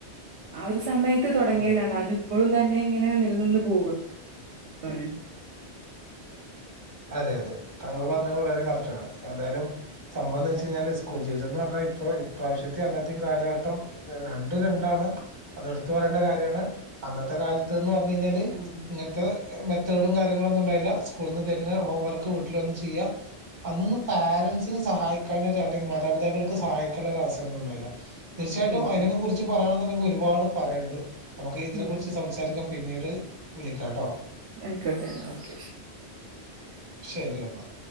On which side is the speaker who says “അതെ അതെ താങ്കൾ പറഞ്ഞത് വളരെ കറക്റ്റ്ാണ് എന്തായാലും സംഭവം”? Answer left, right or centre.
Right